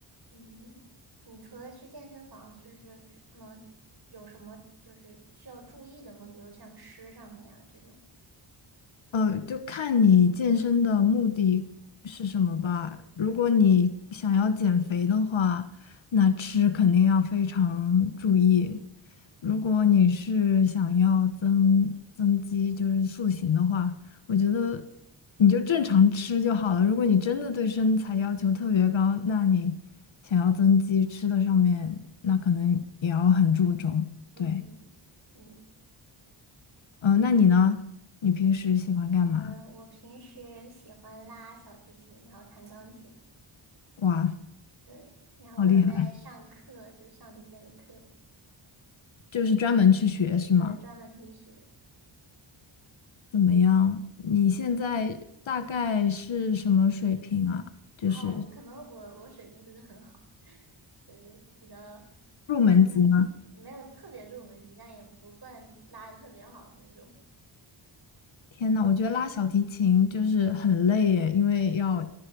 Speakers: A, on the right (about 50°); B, on the left (about 65°).
A: 嗯，你除了去健身房，就是可能有什么就是需要注意的吗？比如像吃上面啊这种。
B: 呃，就看你健身的目的是什么吧。如果你想要减肥的话，那吃肯定要非常注意。如果你是想要增增肌，就是塑形的话，我觉得你就正常吃就好了。如果你真的对身材要求特别高，那你想要增肌，吃的上面那可能也要很注重。
A: 嗯嗯。
B: 对，嗯、那你呢？你平时喜欢干嘛？
A: 嗯，我平时喜欢拉小提琴，然后弹钢琴，
B: 哇，
A: 对，然后我有在上课，
B: 好厉害！
A: 就上这些的课，
B: 就是专门去学是吗？
A: 对，专门去学。
B: 怎么样？你现在大概是什么水平啊？就是
A: 然后我可能我我水平不是很好，<laughs> 就是比较
B: 入门级吗？
A: 还算是没有特别入门级，但也不算拉的特别好的那种。
B: 天呐，我觉得拉小提琴就是很累耶，因为要